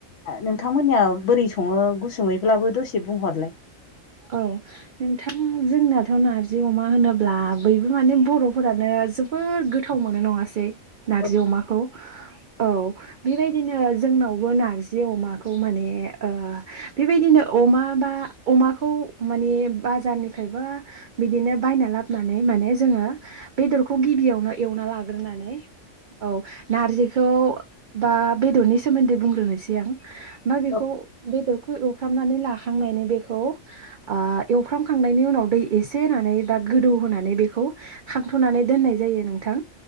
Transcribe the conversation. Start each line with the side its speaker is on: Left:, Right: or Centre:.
Left: नोंथांमोन नियाव बोरै संङो गुसुंङैब्लाबो दसे बुंहरलाय
Right: औ नोंथां जोंनाथ' नारजि अमा होनोब्ला बयबो माने बर'फोरानो जोबोर गोथाव मोनो नंङासै नारजि
Left: औ
Right: अमाखौ औ बेबायदिनो जोंनावबो नारजि अमाखौ माने ओ बेबायदिनो अमा बा अमाखौ खौ माने बाजारनिफ्रायबा बिदिनो बायना लाबोनानै माने जोंङो बेदर खौ गिबियावनो एवना लाग्रोनानै औ नारजिखौ बा बेदरनि सोमोन्दै बुंग्रोनोसै आं बाबेखौ
Left: औ
Right: बेदरखौ एवफ्रामनानै लाखांनायनि बेखौ आ एवफ्रामखांनायनि उनाव दै एसे होनानै बा गोदौ होनानै बेखौ खांथ'नानै दोननाय जायो नोंथां